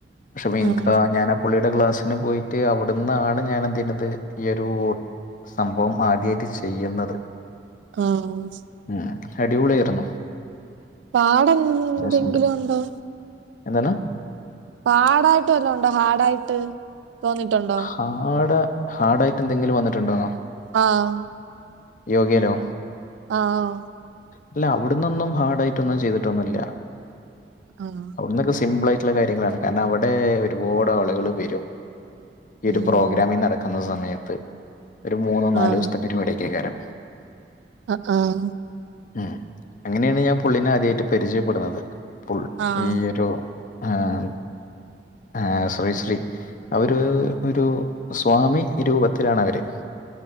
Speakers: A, on the left; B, on the right.
A: പക്ഷേ <unintelligible>
B: ആഹ്
A: ഞാന് ആ പുള്ളിയുടെ ക്ലാസ്സിന് പോയിട്ട് അവിടുന്നാണ് ഞാന് എന്തെയ്യ്ണത് ഈ ഒരൂ സംഭവം ആദ്യായിട്ട് ചെയ്യുന്നത്.
B: ഏഹേ
A: ഉം അടിപൊളിയായിർന്നു.
B: പാടെന്ത് അങ്ങന്തെങ്കിലും
A: ശരി.
B: ഉണ്ടോ?
A: എന്താണ്?
B: പാടായിട്ട് വല്ലോ ഉണ്ടോ ഹാർഡായിട്ട് തോന്നിയിട്ടുണ്ടോ?
A: ഹാഡ് ഹാർഡായിട്ട് എന്തെങ്കിലും വന്നിട്ടുണ്ടോന്നോ?
B: ആഹ്
A: യോഗേലോ?
B: ആഹ്
A: ഇല്ല അവിടുന്നൊന്നും ഹാർഡ് ആയിട്ടൊന്നും ചെയ്തിട്ടൊന്നുല്ല.
B: ആഹ്
A: അവിടുന്നൊക്കെ സിമ്പിളായിട്ടുള്ള കാര്യങ്ങളാണ് കാരണം അവിടെ ഒരുപാട് ആളുകള് വരും ഈ ഒരു
B: ഉം
A: പ്രോഗ്രാമിംഗ് നടക്കുന്ന സമയത്ത് ഒരു മൂന്നോ നാലു
B: ആഹ്
A: ദിവസത്തെ പരിപാടിയൊക്കെകാരം.
B: ആഹ് ആഹ്
A: ഉം അങ്ങനെയാണ് ഞാൻ പുള്ളിനെ ആദ്യായിട്ട് പരിചയപ്പെടുന്നത്. ഇപ്പോൾ
B: ആഹ്
A: ഈ ഒരു ആഹ് ആഹ് ശ്രീ ശ്രീ അവര് ഒരു സ്വാമി രൂപത്തിലാണ് അവര്